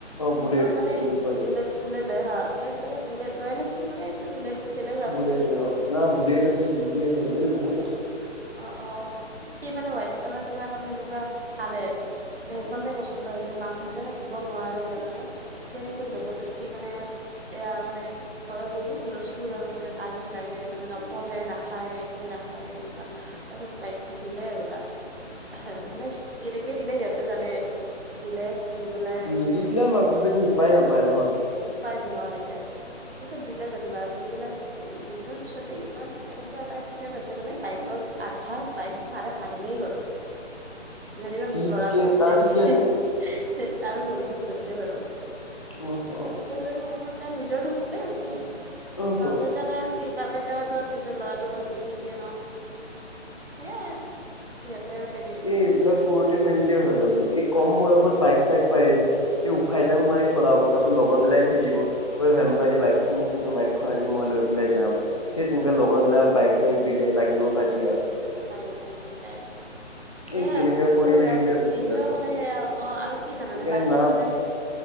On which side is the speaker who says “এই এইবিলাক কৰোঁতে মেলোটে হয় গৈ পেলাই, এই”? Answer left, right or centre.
Left